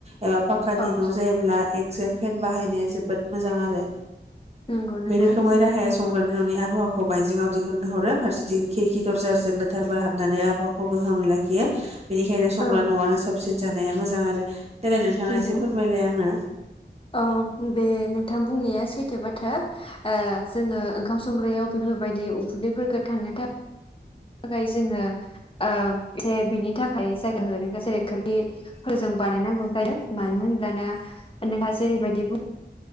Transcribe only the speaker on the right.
एबा पाकानि
न' जायोब्ला ए जेन फेन बाहायनाया जोबोद मोजां आरो।
बे रोखोमै राहाया संग्रानि न'नि आबहावाखौ बायजोआव दिहुननो हरो फारसेथिं खिरखि दरजारजों गोथार बार हाबनानै आबहावाखौ गोहोमै लाखियो। बेनिखायनो संग्रा
न'आनो साबसिन सिन जानाया मोजां आरो। देलाय नोंथाङा
एसे फोरमायलाय आंनो